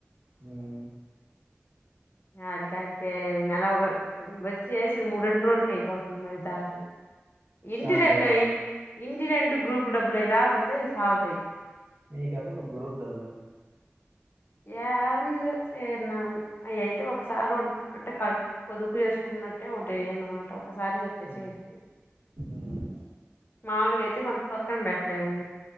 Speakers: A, on the right; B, on the left.
A: ఉ
B: ఆడికాడికే నెల ఒక వచ్చి చేసిన మూడురెండు రోజులకి అయిపోతుంది మరి దారనంగా ఇంటిరెంట్
A: శాలరీయా
B: అయి ఇంటిరెంట్ గ్రూప్ డబ్బులు అయి గాకపోతే సాల్తయ్
A: నీకెందుకు గ్రూప్ డబ్బులు
B: ఏంది చేన్నాము అవి అయితే ఒకసారి ఉంట్ అంటే కడ్ పొదుపు చేసుకుంటన్నట్టే ఉంటాయింద మాట ఒకసారి చెప్
A: ఉమ్,
B: <inaudible>
A: ఉమ్.
B: మాల్లగయితే మనం పక్కన పెట్లేము